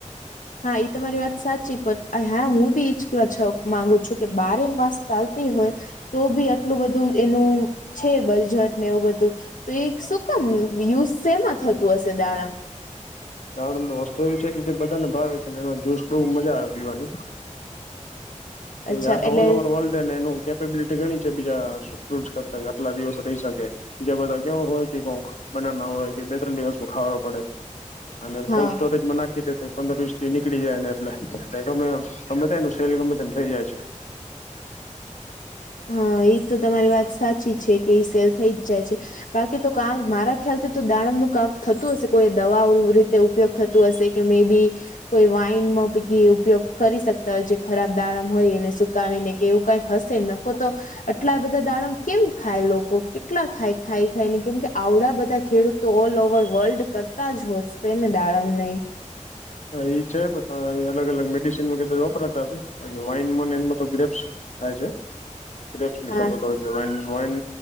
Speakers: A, on the left; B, on the left.
A: હા, એ તો મારી વાત સાચી. પણ હા, હું બી જ કેવા માંગુ છું કે, બારેમાસ ચાલતી હોય. તો બી આટલું બધું એનું છે, બજટ ને, એવું બધું. તો એક શું કામ યુઝ સેમાં થતું હશે દાડમ
B: દાડમ તો વસ્તુ એવી છે કે જે બધાને ભાવે છે એ જૂસ બહું મજા આવે પીવાની
A: અચ્છા
B: એ આ
A: એટલે
B: ઓલ ઓવર વર્લ્ડ ને કે બિલિટી ઘણી છે બીજા ફ્રૂટસ કરતા કે આટલા દિવસ રહી શકે બીજા બધા કેવા હોય કે કોક બધાના ના હોય કે બે ત્રણ દિવસમાં ખાવા પડે અને
A: હા
B: કોલ્ડ સ્ટોરેજમાં નાખી દે પંદર વીસ થી નીકળી જાય ને એટલે એટલે ગમે ગમે ત્યાં એનું સેલ ગમે તેને થઈ જાય છે.
A: હા એ તો તમારી વાત સાચી છે કે એ સેલ થઈ જ જાય છે. બાકી તો કામ મારા ખ્યાલથી તો દાળમનું કામ થતું હશે કોઈ દવાઓ રીતે ઉપયોગ થતું હશે કે મે બી કોઈ વાઈનમાં પૈકી ઉપયોગ કરી શકતા હોય જે ખરાબ દાળમ હોય એને શુ કાવીને કે એવું કઈક હશે નકકો તો આટલા બધા દાડમ કેમ ખાય લોકો કેટલા ખાય ખાઈ ખાયને કેમ કે આવડા બધા ખેડૂત તો ઓલ ઓવર વર્લ્ડ કરતા જ હોશે ને દાડમ ને ઈ
B: હા છે એ અલગ અલગ મેડિસિનમાં કદાચ વપરાતા હશે વાઈન એમાં ગ્રેપ્સ થાય છે ગ્રેપ્સ ની
A: હા
B: ખપત હોય છે વાઇન